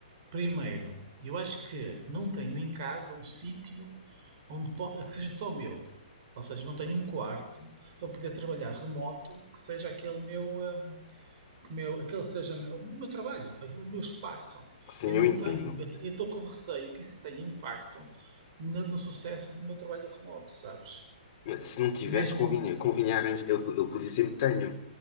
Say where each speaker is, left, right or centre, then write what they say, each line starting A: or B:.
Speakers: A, on the right; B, on the left.
A: primeiro, eu acho que não tenho em casa um sítio onde po- que seja só meu. Ou seja, não tenho um quarto para poder trabalhar remoto que seja aquele meu, hum, que meu aquele seja o meu o meu trabalho, o meu espaço.
B: Sim,
A: Eu não
B: eu entendo.
A: tenho. Eu te- eu estou com receio que isso tenha impacto no, no sucesso do meu trabalho remoto, sabes?
B: Se não tiveres,
A: Mesmo,
B: convinha, convinha arranjar- Eu, eu, por exemplo, tenho.